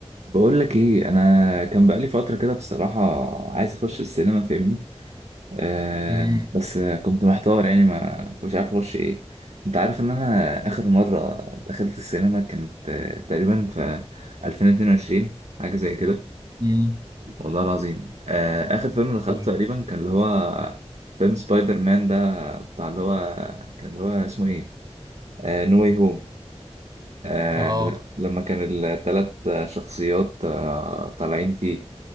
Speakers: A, on the right; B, on the right.
A: بقول لك ايه انا كان بقالي فتره كده بصراحه عايز اخش السينما فاهمني آه
B: امم
A: بس كنت محتار يعني ما مش عارف اخش ايه انت عارف ان انا اخر مره دخلت السينما كانت آه تقريبا في 2022 حاجه زي كده
B: امم
A: والله العظيم آه اخر فيلم دخلته
B: أمم.
A: تقريبا كان اللي هو فيلم سبايدر مان ده بتاع اللي هو كان اللي هو اسمه ايه آه نو واي هوم آه
B: اه
A: لما كان الثلاث شخصيات آه طالعين فيه